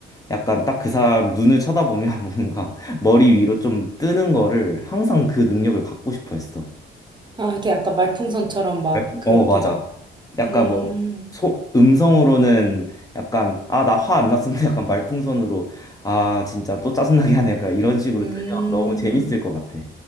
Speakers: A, on the left; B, on the right.
A: 약간 딱 그 사람 눈을 쳐다보면 <laughs> 뭔가 머리 위로 좀 뜨는 거를 항상 그 능력을 갖고 싶어 했어.
B: 아, 이렇게 약간 말풍선처럼 막
A: 랩-
B: 그렇게.
A: 어, 맞아. 약간
B: 음,
A: 뭐, 소, 음성으로는 약간, 아, 나 화 안 났었는데 <laughs> 약간 말풍선으로, 아, 진짜 또 짜증나게 하네. 약간 이런 식으로
B: 음,
A: 뜨면 너무 재밌을 것 같아.